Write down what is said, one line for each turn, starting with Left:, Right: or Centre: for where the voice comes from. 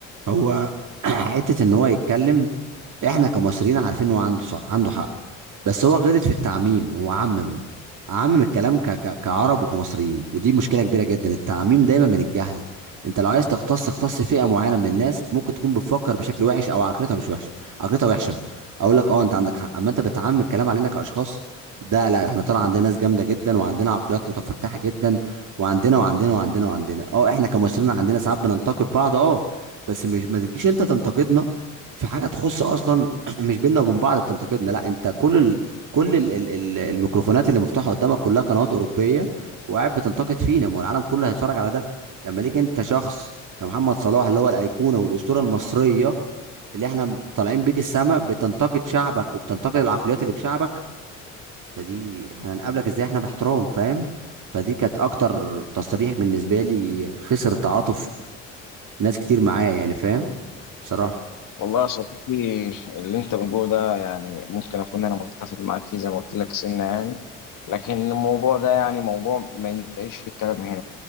Right: هو <clears throat> حته ان هو يتكلم احنا كمصريين عارفين هو عنده صح عنده حق بس هو غلط في التعميم هو عمم عمم الكلام ك... ك... كعرب وكمصريين ودي مشكله كبيره جدا التعميم دايما من الجهل انت لو عايز تختص اختص فئه معينه من الناس ممكن تكون بتفكر بشكل وحش او عقليتها مش وحشه عقليتها وحشه اقول لك اه انت عندك حق اما انت بتعمم الكلام علينا كاشخاص ده لا احنا طلع عندنا ناس جامده جدا وعندنا عقليات متفتحه جدا وعندنا وعندنا وعندنا وعندنا اه احنا كمصريين عندنا ساعات بننتقد بعض اه بس مش ما تجيش انت تنتقدنا في حاجه تخص اصلا <clears throat> مش بيننا وبين بعض بتنتقدنا لا انت كل ال... كل ال... ال... ال- الميكروفونات اللي مفتوحه قدامك كلها قنوات اوروبيه وقاعد بتنتقد فينا ما هو العالم كله هيتفرج على ده لما ليك انت شخص يا محمد صلاح اللي هو الايقونه والاسطوره المصريه اللي احنا طالعين بيك السما بتنتقد شعبك وبتنتقد العقليات اللي في شعبك فدي احنا هنقابلك ازاي احنا باحترام فاهم فدي كانت اكتر تصريح بالنسبه لي خسر تعاطف ناس كتير معايا يعني فاهم بصراحه
Left: والله يا صديقي اللي انت بتقوله ده يعني ممكن اكون انا متفق معاك فيه زي ما قلت لك سنة يعني لكن الموضوع ده يعني موضوع ما ينتهيش في الكلام هنا